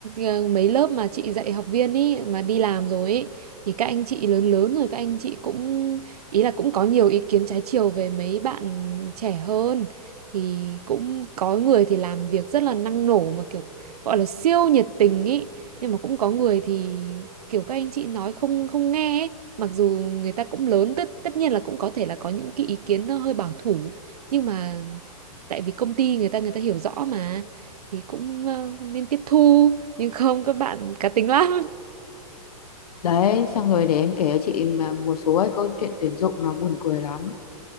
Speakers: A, on the right (about 80°); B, on the left (about 80°).
A: ờ, mấy lớp mà chị dạy học viên ý mà đi làm rồi ý, thì các anh chị lớn lớn rồi các anh chị cũng ý là cũng có nhiều ý kiến trái chiều về mấy bạn trẻ hơn thì cũng có người thì làm việc rất là năng nổ mà kiểu gọi là siêu nhiệt tình ý nhưng mà cũng có người thì kiểu các anh chị nói không không nghe ấy. Mặc dù người ta cũng lớn tất tất nhiên là cũng có thể là có những cái ý kiến nó hơi bảo thủ nhưng mà tại vì công ty người ta người ta hiểu rõ mà thì cũng ờ, nên tiếp thu nhưng không các bạn cá tính lắm
B: Đấy, xong rồi để em kể cho chị mà một số cái câu chuyện tuyển dụng nó buồn cười lắm.